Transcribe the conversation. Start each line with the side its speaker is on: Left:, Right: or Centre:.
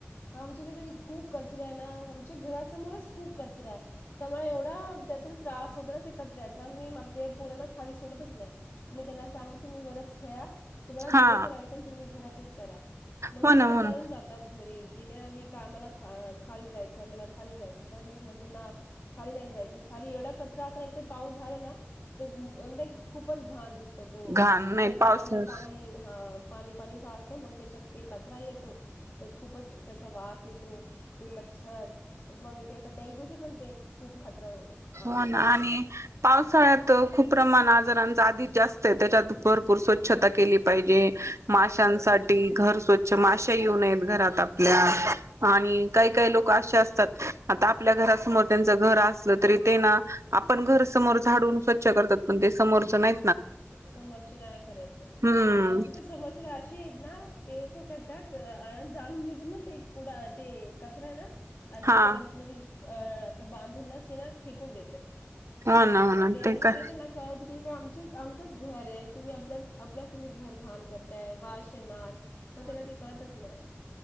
Left: आमच्या इथे खूप कचरा आहे ना आमच्या घरासमोरच खूप कचरा आहे तर त्यामुळे एवढा त्याचा त्रास होतो ना ते कचऱ्याचा मी आपले पोरांना खाली सोडतच नाही मी त्याला सांगते तुम्ही वरच खेळा. तुम्हाला
Right: हा
Left: जे करायचं ना तुम्ही घरातच. करा. मग
Right: हो
Left: ते
Right: ना
Left: कंटाळून
Right: हो ना
Left: जातात घरी. की नाही आम्ही का आम्हाला खाली जायचं मला खाली जायचं पण मी म्हणते ना खाली नाही जायचं खाली एवढा कचरा अस नाही एक तर पाऊस झाला ना तर खूपच घाण दिसत. तर तो
Right: घाण
Left: सगळं
Right: नाही पावसाळा
Left: पाणी पाणी हा. पाणी पाणी साचत मग त्याच्यात तो कचरा येतो तर खूप खूपच त्याचा वास येतो. ते मच्छर मग ते असं डेगूच पण... <unintelligible>
Right: हो
Left: येतो
Right: ना
Left: मग
Right: आणि पावसाळ्यात खूप प्रमाण आजारांच आधीच जास्त आहे त्याच्यात भरपूर स्वच्छता.... केली पाहिजे माशांसाठी
Left: हो
Right: घर स्वच्छ माशा येऊ नयेत घरात आप..... आणि काही काही लोक असे असतात आता आपल्या घरासमोर त्यांच घर असलं तरी..... ते ना आपण घर समोर झाडून स्वच्छ करतात पण ते समोरच नाही...
Left: समोरचे नाही करत
Right: हम्म
Left: आमचे तर समोरचे ना असे आहेत ना ते काय करत... त्यात जाणून बुजून ना ते कुड ते कचरा आहे ना... <unintelligible> असं
Right: हा
Left: बांधूनना शि ना फेकून देतात
Right: हो ना हो ना
Left: तेर
Right: ते
Left: ह
Right: काय
Left: ना तेला कत क काम म असंच घर आहे तुम्ही आपला आपलं तुम्ही घर घाण करताय वाशेनार पण त्यांना ते कळतच नाही